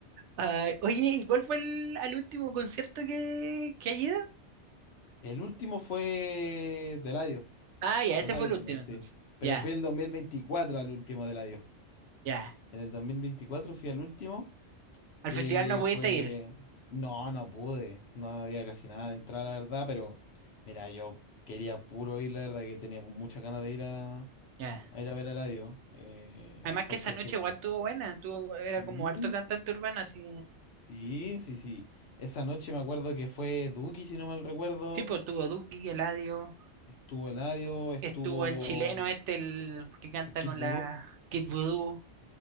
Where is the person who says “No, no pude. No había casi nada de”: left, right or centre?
Left